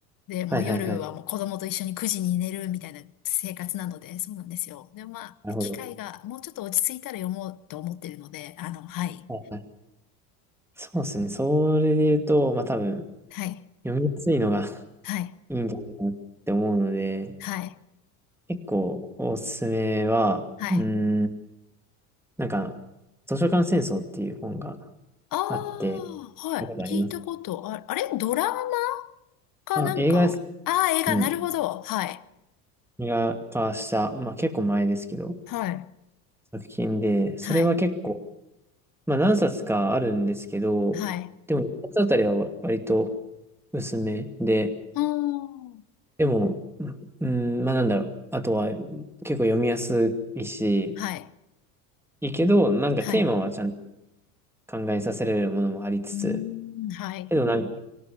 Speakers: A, on the left (about 45°); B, in the centre.
A: で、もう夜はもう子供と一緒に9時に寝るみたいな生活なので、
B: はいはいはい。
A: そうなんですよ。でもまあ、
B: なるほど。
A: 機会がもうちょっと落ち着いたら読もうと思ってるので、あの、はい。
B: はいはい。そうですね。それで言うと、まあ多分、
A: はい。
B: 読みやすいのが <laughs>
A: はい。
B: いいんじゃないかなって思うので、
A: はい。
B: 結構おすすめは、
A: はい。
B: うーん、なんか、図書館戦争っていう本が
A: ああ、
B: あって、
A: はい。
B: 見たことあります。
A: 聞いたこと、あ、あれドラマかなんかああー、
B: あ、映画です。
A: 映画、
B: うん。
A: なるほど。はい。
B: 映画化した、まあ結構前ですけど、
A: はい。
B: 作品で、それは結構、
A: はい。
B: まあ何冊かあるんですけど、
A: はい。
B: でも一冊あたりは割と薄めで、
A: うーん。
B: でも、うん、まあなんだろう。あとは、結構読みやすいし、
A: はい。
B: いいけど、なんかテーマはちゃんと
A: はい。
B: 考えさせられるものもありつつ、
A: うーん。はい。
B: けどなんか、